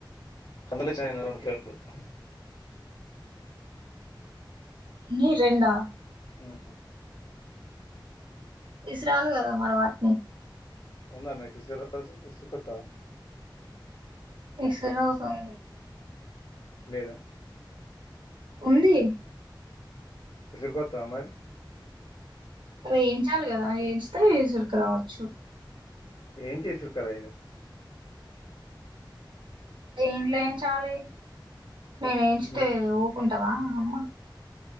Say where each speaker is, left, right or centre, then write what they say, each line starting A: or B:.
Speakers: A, on the left; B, on the right.
A: కందుల <unintelligible>
B: ఎన్ని రెండా
A: ఉమ్
B: ఇసు రాలు కదా మరి వాటిని
A: ఉంద మీకీ ఇసుర్ రాజ ఇసురు కొత్తావ
B: సరే అవుతుంది
A: లేదా
B: ఉంది
A: ఇసురుకొత్తవా మరి
B: అ వేయించాలి కదా వేయించతే ఇసురుకు రావచ్చు
A: ఏం చేసారు కదా ఇగా
B: దేంట్లో ఏంచాలీ నేను ఏంచితే
A: మిన్
B: ఊకుంట వా అమ్మా